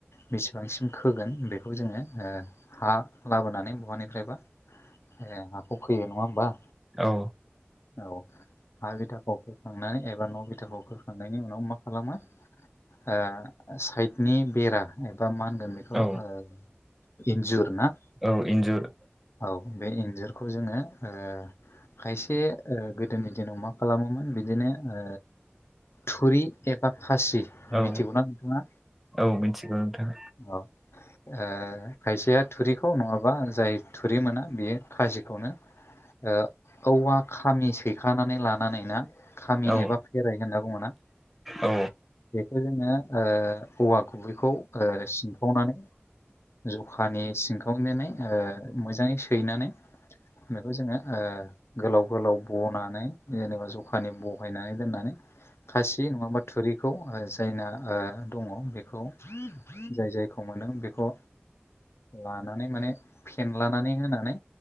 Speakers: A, on the left (about 80°); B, in the centre.
A: बेसेबांसिम खोगोन बेखौ जोङो ओ हा लाबोनानै बहानिफ्रायबा ए हाखौ खोयो नङा होमबा
B: औ
A: औ हा बिथाखौ खोखांनानै एबा न' बिथाखौ खोखांनायनि उनाव मा खालामो ओ साइडनि बेरा एबा मा होनगोन बेखौ
B: औ
A: ओ इन्जुर ना
B: औ इन्जुर
A: औ बे इन्जुरखौ जोङो ओ खायसे ओ गोदोनि दिनाव मा खालामोमोन बिदिनो ओ थुरि एबा फासि
B: औ
A: मिथिगौ ना नोंथाङा
B: औ मिथिगौ नोंथां
A: अ ओ खायसेया थुरिखौ नङाबा जाय थुरि मोना बेयो खाजिखौनो ओ औवा खामि सैखानानै लानानै ना खामि
B: औ
A: एबा फेरायो होनना बुङोना
B: औ
A: बेखौ जोङो ओ औवा गुबैखौ ओ सिनखावनानै जखानि सिनखावनानै ओ मोजाङै सैनानै बेखौ जोङो ओ गोलाव गोलाव बनानै जेनेबा जखानि बहायनानै दोननानै खासि नङाबा थुरिखौ ओ जायना ओ दङ बेखौ जाय जायखौ मोनो बेखौ लानानै माने फेनलानानै होनानै